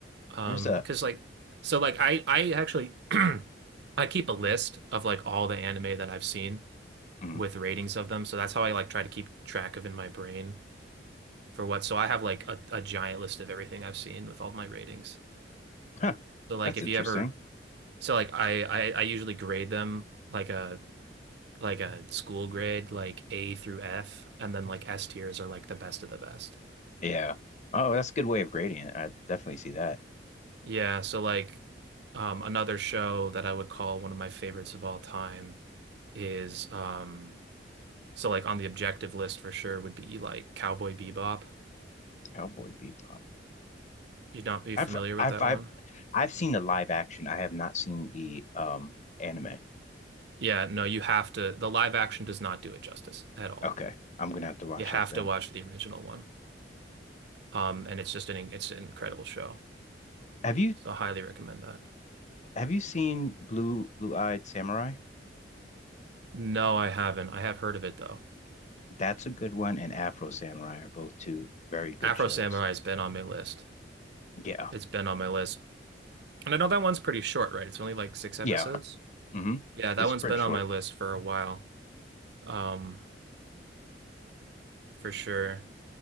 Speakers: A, on the right; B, on the left.
A: Um,
B: There's a
A: 'cause like so like I I actually <clears throat> I keep a list of like all the anime that I've seen
B: mm,
A: with ratings of them. So that's how I like try to keep track of in my brain for what. So I have like a, a giant list of everything I've seen with all my ratings.
B: huh,
A: So like
B: that's
A: if
B: interesting.
A: you ever, so like I, I I usually grade them like a like a school grade, like A through F, and then like S tiers are like the best of the best.
B: Yeah. Oh, that's a good way of grading it. I definitely see that.
A: Yeah, so like um another show that I would call one of my favorites of all time is um so like on the objective list for sure would be like Cowboy Bebop.
B: Cowboy Bebop.
A: You would not be familiar
B: I've
A: with
B: I've
A: that
B: I've
A: one?
B: I've seen the live action. I have not seen the um anime.
A: Yeah, no, you have to. The live action does not do it justice at all.
B: Okay. I'm gonna have to watch
A: You have
B: that then.
A: to watch the original one. Um, and it's just an it's an incredible show.
B: Have you
A: So I highly recommend that.
B: have you seen Blue Blue Eyed Samurai?
A: No, I haven't. I have heard of it though.
B: That's a good one, and Afro Samurai are both two very good
A: Afro
B: shows.
A: Samurai has been on my list.
B: Yeah.
A: It's been on my list. And I know that one's pretty short, right? It's only like six episodes.
B: Yeah. hmm
A: Yeah, that
B: It's
A: one's
B: pretty
A: been
B: short.
A: on my list for a while. Um, for sure.